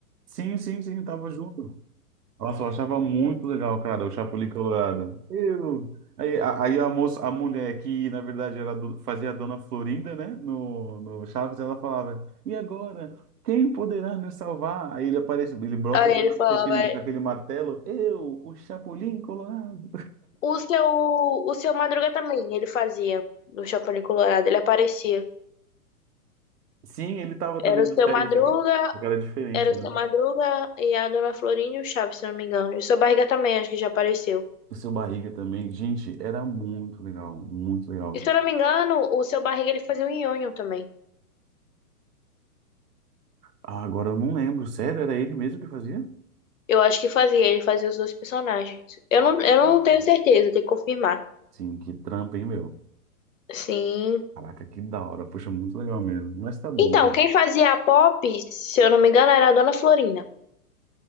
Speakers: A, on the right; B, on the left.
A: Sim, sim, sim, tava junto. Nossa, eu achava muito legal, cara, o Chapuli Colorado. Eu... Aí, a- aí a moça, a mulher que, na verdade, era do- fazia a Dona Florinda, né, no, no Chaves, ela falava, e agora? Quem poderá nos salvar? Aí ele aparece, ele brota
B: Aí
A: do
B: ele
A: mar
B: falava.
A: com aquele, com aquele martelo, eu, o Chapolin Colorado.
B: O seu, o seu Madruga também, ele fazia do Chapolin Colorado, ele aparecia.
A: Sim, ele tava também
B: Era
A: na
B: o seu
A: série,
B: Madruga,
A: só que, só que era diferente,
B: era
A: né?
B: o seu Madruga e a Dona Florinda e o Chaves, se eu não me engano. E o seu Barriga também, acho que já apareceu.
A: O Seu Barriga também, gente, era muito legal, muito legal.
B: E se eu não me engano, o seu Barriga ele fazia o Nhonho também.
A: Ah, agora eu não lembro, sério, era ele mesmo que fazia?
B: Eu acho que fazia, ele fazia os dois personagens. Eu
A: Ah,
B: não, eu não tenho certeza, tem que confirmar.
A: Sim, que trampa, hein, meu?
B: Sim.
A: Caraca, que da hora. Poxa, muito legal mesmo. Mas tá bom,
B: Então,
A: Guilherme.
B: quem fazia a Pop, se eu não me engano, era a Dona Florinda.